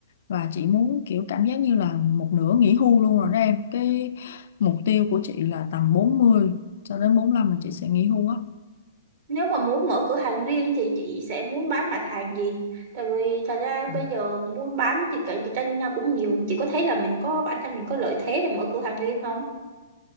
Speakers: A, on the left (about 65°); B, on the right (about 50°).
A: và chị muốn kiểu cảm giác như là một nửa nghỉ hưu luôn rồi đó em cái mục tiêu của chị là tầm 40 cho đến bốn lăm là chị sẽ nghỉ hưu á
B: nếu mà muốn mở cửa hàng riêng thì chị sẽ muốn bán mặt hàng gì tại vì thật ra bây
A: Ừ.
B: giờ buôn bán thì cạnh tranh nhau cũng nhiều chị có thấy là mình có bản thân mình có lợi thế để mở cửa hàng riêng không